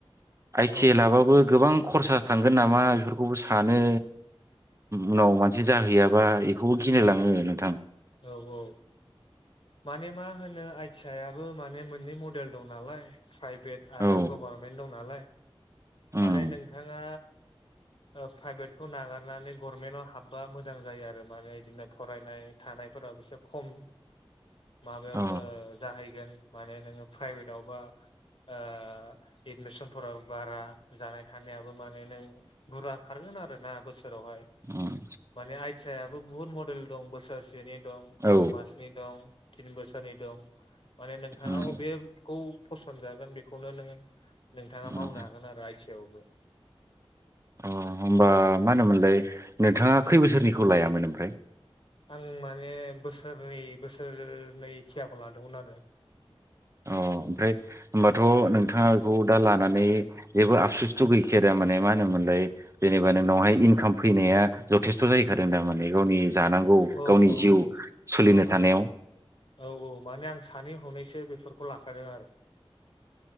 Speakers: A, on the right (about 30°); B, on the left (about 60°).
A: आइ
B: औ
A: थि आइ लाबाबो गोबां खरसा थांगोन नामा बेफोरखौबो सानो। उनाव मानसि जाहैयाबा इखौबो गिलायलाङो नोंथां।
B: औ औ माने मा होनो आइ थि आइया बो माने मोननै मडेल दं नालाय। फ्राइभेट आरो
A: औ
B: गबारमेन्ट दं नालाय।
A: उम
B: माने नोंथाङा ओ फ्राइभेटखौ नागारनानै गरमेनाव हाबबा मोजां जायो आरो माने बिदिनो फरायनाय थानायफोराबो से खम माबायावनो
A: अ
B: जाहैगोन। माने नोङो फ्राइभेटआवबा ओ एडमिसन फोराबो बारा। जानाय थानायाबो माने नों बुरला खारगोन आरो ना बोस फोरावहाय
A: उम
B: माने आइ आदसायाबो बहुत मडेल दं बोसोरसेनि दं सय
A: औ
B: मासनि दं। तिन बोसोरनि दं। माने नोंथाङा
A: उम
B: अबेखौ फसन जागोन बेखौनो नोङो नोंथाङा
A: उम
B: मावनो हागोन आरो आइ सेवबो।
A: अ होमबा माहोनोमोनलाय नोंथाङा खै बोसोरनिखौ लायामोन ओमफ्राय?
B: आं माने बोसोरनै बोसोरनै खियाखौ लादोंमोन आरो
A: अ ओमफ्राय होनोमबाथ' नोंथाङा खौ दा लानानै जेबो सुस्थ' गैखाया माने मा होनोमोनलाय जेनेबा नोंनावहाय इनकाम फैनाया जथेस्थ' जाहैखादों थामाने गावनि जानांगौ
B: औ
A: गावनि जिउ
B: औ
A: सोलिनो। थानायाव।
B: औ औ माने आं सानै हनैसो बेफोरखौ लाखादों आरो